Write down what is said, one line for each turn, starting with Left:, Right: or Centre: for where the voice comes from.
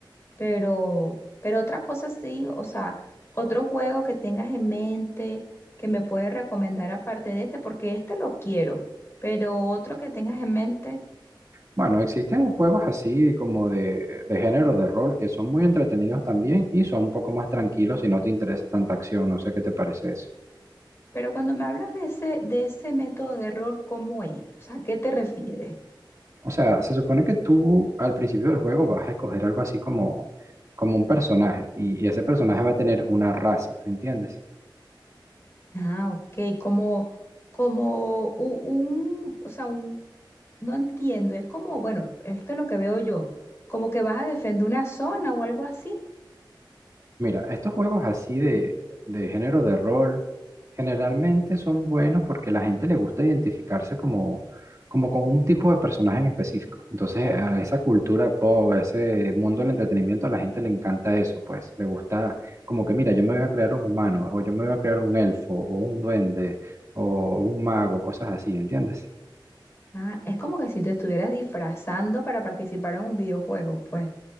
Left: pero, pero otra cosa sí, o sea, otro juego que tengas en mente que me puedes recomendar aparte de este, porque este lo quiero, pero otro que tengas en mente.
Right: Bueno, existen juegos así como de, de género de rol que son muy entretenidos también y son un poco más tranquilos si no te interesa tanta acción, no sé qué te parece eso.
Left: Pero cuando me hablas de ese, de ese método de error, ¿cómo es? O sea, ¿a qué te refieres?
Right: O sea, se supone que tú al principio del juego vas a escoger algo así como, como un personaje y, y ese personaje va a tener una raza, ¿entiendes?
Left: Ah, ok, como, como u- un, o sea, un, no entiendo, es como, bueno, esto es lo que veo yo, como que vas a defender una zona o algo así.
Right: Mira, estos juegos así de, de género de rol generalmente son buenos porque la gente le gusta identificarse como, como con un tipo de personaje en específico. Entonces, a esa cultura pop, a ese mundo del entretenimiento, a la gente le encanta eso, pues. Le gusta como que, mira, yo me voy a crear un humano, o yo me voy a crear un elfo, o un duende, o un mago, cosas así, ¿entiendes?
Left: Ah, es como que si te estuvieras disfrazando para participar en un videojuego, pues.